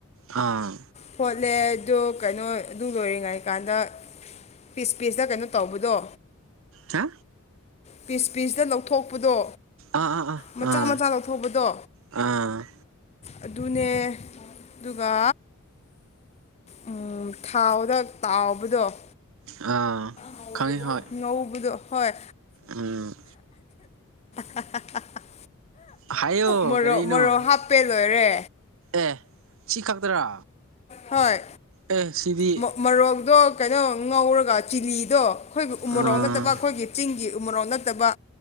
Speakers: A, on the right (about 65°); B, on the left (about 30°).
A: ꯑꯥ
B: ꯐꯣꯠꯂꯦ ꯑꯗꯨ ꯀꯩꯅꯣ ꯑꯗꯨ ꯂꯣꯏꯔꯤꯉꯩ ꯀꯥꯟꯗ ꯄꯤꯁ ꯄꯤꯁꯇ ꯀꯩꯅꯣ ꯇꯧꯕꯗꯣ
A: ꯍꯥ
B: ꯄꯤꯁ ꯄꯤꯁꯗ ꯂꯧꯊꯣꯛꯄꯗꯣ
A: ꯑꯥ ꯑꯥ ꯑꯥ
B: ꯃꯆꯥ
A: ꯑꯥ
B: ꯃꯆꯥ ꯂꯧꯊꯣꯛꯄꯗꯣ
A: ꯑꯥ
B: ꯑꯗꯨꯅꯦ ꯑꯗꯨꯒ ꯎꯝ ꯊꯥꯎꯗ ꯇꯥꯎꯕꯗꯣ
A: ꯑꯥ
B: ꯉꯧꯕꯗꯨ,
A: ꯈꯪꯉꯤ ꯍꯣꯏ
B: ꯉꯧꯕꯗꯨ ꯍꯣꯏ
A: ꯎꯝ
B: <unintelligible>
A: ꯍꯥꯏꯌꯣ
B: ꯃꯣꯔꯣꯛ
A: ꯀꯔꯤꯅꯣ
B: ꯃꯣꯔꯣꯛ ꯍꯥꯞꯄꯦ ꯂꯣꯏꯔꯦ
A: ꯑꯦ ꯁꯤ ꯈꯛꯇꯔꯥ
B: ꯍꯣꯏ
A: ꯑꯦ ꯁꯤꯗꯤ
B: ꯃꯣ ꯃꯣꯔꯣꯛꯗꯣ ꯀꯩꯅꯣ ꯉꯧꯔꯒ ꯆꯤꯂꯤꯗꯣ ꯑꯩꯈꯣꯏꯒꯤ ꯎꯃꯣꯔꯣꯛ
A: ꯑꯥ
B: ꯅꯠꯇꯕ ꯑꯩꯈꯣꯏꯒꯤ ꯆꯤꯡꯒꯤ ꯎꯃꯣꯔꯣꯛ ꯅꯠꯇꯕ